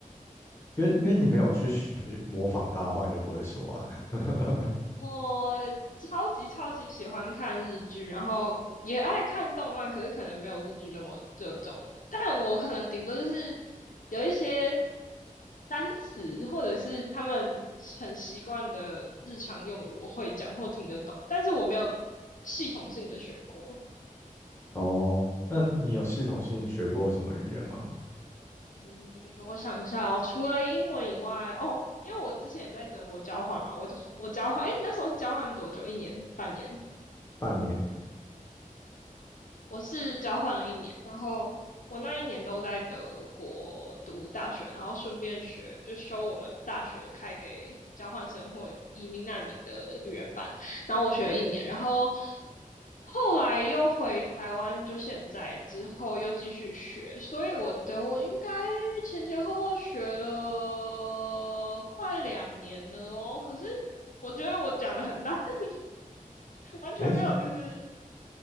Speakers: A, on the left; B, on the left.
A: 因为因为你没有去学模仿他的话，你就不会说啊。<laughs>
B: 我超级超级喜欢看日剧，然后也爱看动漫，可是可能没有日剧那么热衷的。但我可能顶多就是有一些单词，或者是他们很习惯的日常用语，我会讲或听得懂，但是我没有系统性的学过。
A: 哦，那你有系统性学过什么语言吗？
B: 嗯，我想一下哦，除了英文以外，哦，因为我之前也在德国交换嘛，我就我交换，诶，你那时候是交换多久？一年、半年？
A: 半年，
B: 我是交换了一年，然后我那一年都在德国读大学，然后顺便学就修我们大学开给交换生或移民难民的语言班，然后我学了一年，然后后来又回台湾，就现在之后又继续学，所以我德文应该前前后后学了快两年了哦，可是我觉得我讲的很烂，<laughs> 完全没有就是
A: 诶，